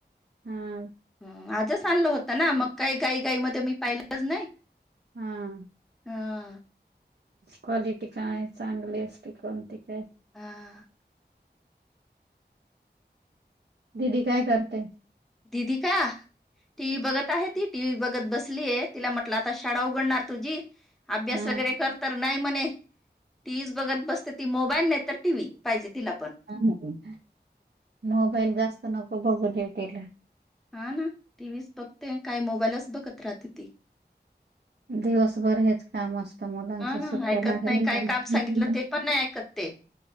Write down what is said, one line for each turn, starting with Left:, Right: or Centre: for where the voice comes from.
Right: हा
Centre: हम्म, आजच आणलं होतना मग काही घाई, घाई मध्ये मी पाहिलंच नाही.
Right: हम्म.
Centre: हा..
Right: क्वालिटी काय चांगली असते कोणती काय.
Centre: हां.
Right: दीदी काय करते?
Centre: दीदी का टी, व्ही बघत आहेत. ती टी, व्ही बघत बसलीय तिला म्हटलं आता शाळा उघडणार तुझी अभ्यास
Right: ह
Centre: वगैरे कर तर नाही म्हणे टीव्हीच बघत बसते ती मोबाईल नाही तर टीव्ही पाहिजे तिला पण.
Right: हा ना पण मोबाईल जास्त नको बघू देऊ तिला.
Centre: हा ना टी व्ही च बघते काय मोबाईलच बघत राहते ती.
Right: दिवसभर हेच काम आता मुलांच्या
Centre: हा ना
Right: सुट्ट्या
Centre: ऐकत
Right: लागल्या
Centre: नाही काय
Right: का
Centre: काम
Right: म?
Centre: सांगितलं ते पण नाही ऐकत ते